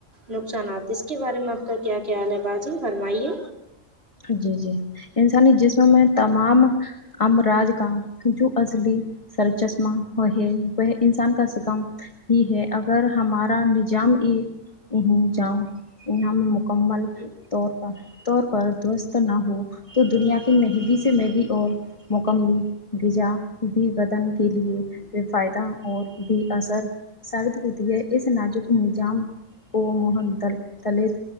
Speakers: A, on the right; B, on the left.
A: نقصانات ا اس کے بارے میں آپ کا کیا کیال ہے باجی فرمائیے
B: ہا جی جی انسانی جسم میں تمام امراج کام جو اصلی سرچسمہ وہ ہے وہ انسان کا سکم ہی ہے اگر ہمارا نجام ان جام یہاں مکمل طور پر طور پر درست نہ ہو تو دنیا کی مہگی سے اور مکمل غیجا بھی بدن کے لیے ب فائدہ اور بھی اثر ثابت ہوتی ہے اس ناجک نیجام کو موہن دل دلت